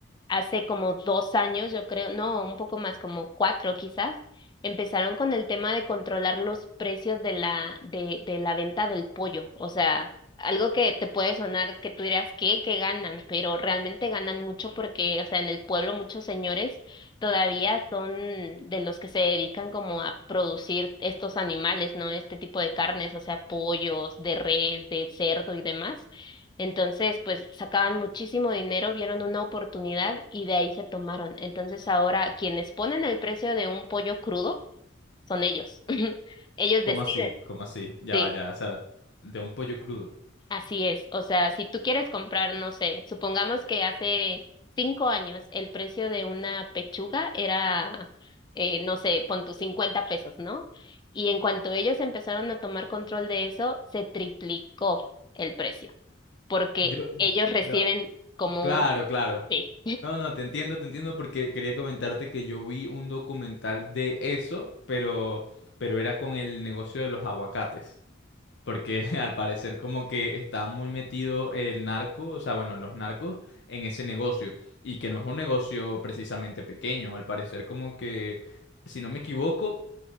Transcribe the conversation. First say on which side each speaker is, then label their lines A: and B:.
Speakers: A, on the left; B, on the left.
A: hace como dos años, yo creo, no, un poco más, como cuatro quizás, empezaron con el tema de controlar los precios de la, de, de la venta del pollo. O sea, algo que te puede sonar que tú dirás, ¿qué? ¿Qué ganan? Pero realmente ganan mucho porque, o sea, en el pueblo muchos señores todavía son de los que se dedican como a producir estos animales, ¿no? Este tipo de carnes, o sea, pollos, de res, de cerdo y demás. Entonces, pues sacaban muchísimo dinero, vieron una oportunidad y de ahí se tomaron. Entonces, ahora quienes ponen el precio de un pollo crudo son ellos. <laughs> Ellos
B: ¿Cómo
A: deciden.
B: así? ¿Cómo así? Ya
A: Sí.
B: va, ya, o sea, de un pollo crudo.
A: Así es, o sea, si tú quieres comprar, no sé, supongamos que hace cinco años el precio de una pechuga era, eh, no sé, pon tus 50 pesos, ¿no? Y en cuanto ellos empezaron a tomar control de eso, se triplicó el precio, porque
B: Yo,
A: ellos
B: ya
A: reciben como
B: Claro,
A: un...
B: claro.
A: Sí.
B: No, no, te entiendo, te entiendo porque quería comentarte que yo vi un documental de eso, pero, pero era con el negocio de los aguacates. Porque <laughs> al parecer como que está muy metido el narco, o sea, bueno, los narcos en ese negocio. Y que no es un negocio precisamente pequeño, al parecer como que, si no me equivoco,